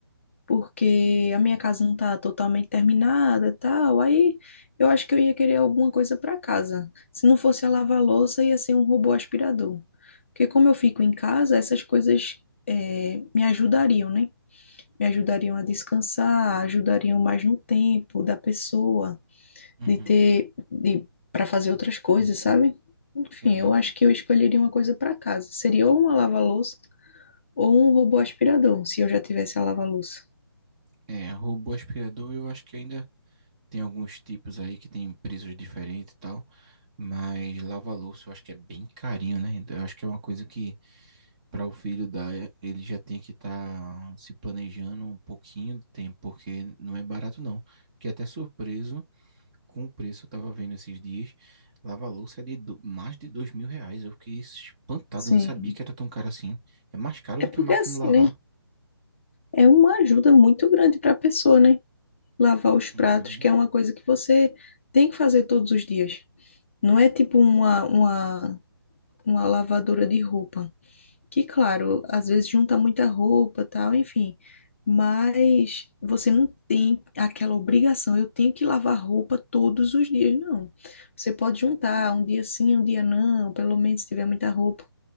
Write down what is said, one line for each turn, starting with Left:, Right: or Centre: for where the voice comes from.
Left: porque a minha casa não tá totalmente terminada, tal. Aí eu acho que eu ia querer alguma coisa para casa. Se não fosse a lava-louça, ia ser um robô aspirador. Porque como eu fico em casa, essas coisas eh, me ajudariam, né? Me ajudariam a descansar, ajudariam mais no tempo da pessoa,
Right: Uhum.
Left: de ter, de, para fazer outras coisas, sabe? Enfim,
Right: Entendi.
Left: eu acho que eu escolheria uma coisa para casa. Seria ou uma lava-louça ou um robô aspirador, se eu já tivesse a lava-louça.
Right: É, robô aspirador, eu acho que ainda tem alguns tipos aí que tem preços diferentes e tal, mas lava-louça eu acho que é bem carinho, né? Então, eu acho que é uma coisa que para o filho dar, é- ele já tem que estar se planejando um pouquinho de tempo, porque não é barato não. Fiquei até surpreso com o preço, eu tava vendo esses dias, lava-louça é de do- mais de dois mil reais. Eu fiquei espantado,
Left: Sim.
Right: eu não sabia que era tão caro assim. É mais caro
Left: É
Right: do
Left: porque
Right: que máquina
Left: assim,
Right: de lavar.
Left: né? É uma ajuda muito grande para a pessoa, né? Lavar os pratos,
Right: Uhum.
Left: que é uma coisa que você tem que fazer todos os dias. Não é tipo uma, uma, uma lavadora de roupa, que, claro, às vezes junta muita roupa, tal, enfim. Mas você não tem aquela obrigação, eu tenho que lavar roupa todos os dias, não. Você pode juntar um dia sim, um dia não, pelo menos se tiver muita roupa.